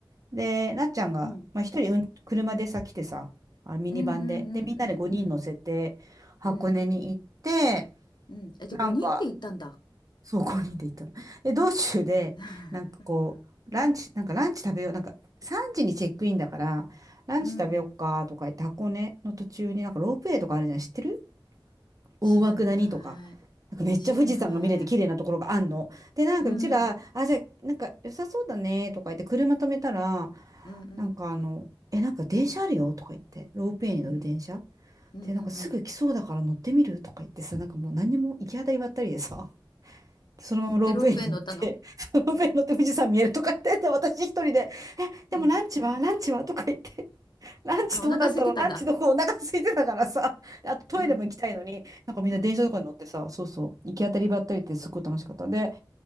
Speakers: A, on the right; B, on the left.
A: で、なっちゃんが、
B: うん
A: まあ、一人、うん、車でさ、来てさ、あ、ミニバンで。
B: うんうんうんうんうん
A: で、みんなで5人乗せて、箱根に行って、
B: うんうんえ、じゃあ5人で行ったんだ。
A: なんか、そう、ごに人で行ったの。<laughs> で、道中で、
B: <laughs>
A: なんかこう、ランチ、なんかランチ食べよう、なんか3時にチェックインだから、ランチ食べようかとか言って、
B: うん。
A: 箱根の途中になんかロープウェイとかあるじゃん、知ってる大涌谷とか。
B: 知らない。
A: なんかめっちゃ富士山が見れて綺麗なところがあんの。
B: 知らない。
A: で、なんかうちら、
B: うん。うん
A: あ、じゃあ、なんか良さそうだねとか言って、車止めたら、
B: うん
A: なんかあの、え、なんか電車あるよとか言って、ロープウェイに乗る電車。
B: うんうんうんうん。
A: で、なんかすぐ来そうだから乗ってみるとか言ってさ、なんかもう何にも行き当たりばったりでさ。そのままロープウェイに乗って、
B: で、ロープウェイ乗ったの
A: <laughs> ロープウェイに乗って富士山見えるとか言って、で私一人で、え、
B: うん。
A: でもランチはランチはとか言って、ランチどうなんだろうランチどこお腹空いてたからさ、
B: あ、お腹空いてたんだ。
A: であとトイレも行きたいのに、
B: うん
A: なんかみんな電車とかに乗ってさ、
B: うん
A: そうそう、行き当たりばったりってすごい楽しかったんで、